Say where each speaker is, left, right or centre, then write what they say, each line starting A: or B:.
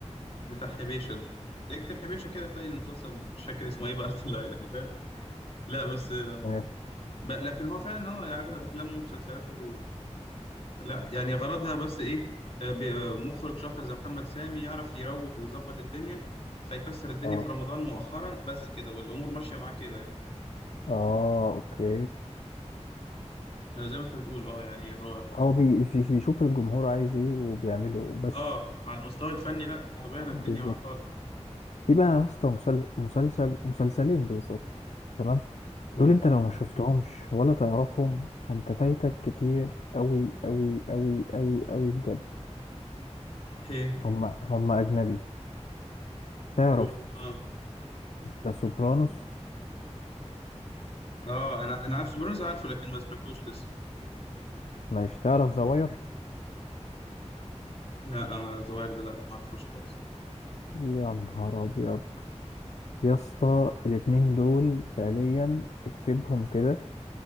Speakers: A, on the left; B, on the left.
A: بتاع حبيشه ده اكتب حبيشه كده تلاقي المسلسل مش فاكر اسمه ايه بقى <laughs> طلع يعني فاهم لا بس آه،
B: ماشي
A: ب- لكن هو فعلا اه يعني اغلب افلامه ومسلسلاته لا يعني غرضها بس ايه آه، ب- آه، مخرج شاطر زي محمد سامي يعرف يروج ويظبط الدنيا فيكسر الدنيا
B: اه
A: في رمضان مؤخرا بس كده والامور ماشيه معاه كده يعني
B: اه اوكي
A: آه، زي ما انت بتقول اه يعني هو
B: هو بي- بي- بيشوف الجمهور عايز ايه وبيعمله بس
A: اه على المستوى الفني لا تعبانه الدنيا
B: بالظبط
A: معاه خالص
B: في بقى يا اسطى مسل- مسلسل مسلسلين بالظبط تمام
A: قول
B: دول انت لو ما شفتهمش ولا تعرفهم فانت فايتك كتير قوي قوي قوي قوي قوي بجد
A: ايه
B: هم هم أجنبي تعرف
A: قول اه
B: ذا سوبرانوس
A: اه انا انا عارف سوبرانوس عارفه لكن ما سمعتوش لسه
B: مش تعرف ذا واير
A: لا آه زواير ده لا ما اعرفوش خالص
B: يا نهار أبيض يا اسطى الاتنين دول فعليا اكتبهم كده